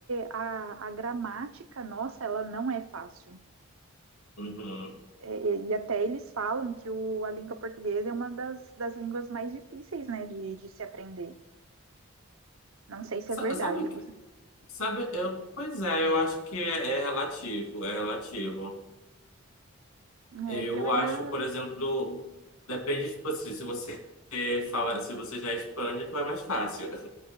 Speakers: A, on the right; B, on the left.
A: a, a gramática nossa, ela não é fácil.
B: Uhum.
A: É, E, e até eles falam que o, a língua portuguesa é uma das, das línguas mais difíceis, né, de, de se aprender. Não sei se
B: Sa-
A: é verdade.
B: Sabe que,
A: você-
B: sabe, eu, pois é, eu acho que é, é relativo, é relativo.
A: É,
B: Eu
A: porque eu
B: acho,
A: já.
B: por exemplo, depende, tipo, assim, se você fala, se você já é hispânico, é mais fácil.